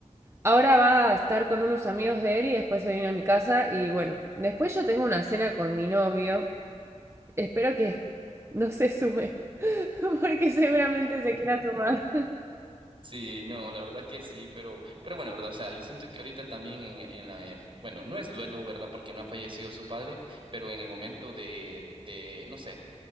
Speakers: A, on the right; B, on the right.
A: Ahora va a estar con unos amigos de él y después se viene a mi casa y bueno, después yo tengo una cena con mi novio. Espero que no se sume, <laughs> porque seguramente se quiera sumar.
B: Sí, no, la verdad que sí, pero, pero bueno, ¿verdad? O sea, yo siento que ahorita también en, en la, eh, bueno, no es duelo, ¿verdad? Porque no ha fallecido su padre, pero en el momento de, de, no sé.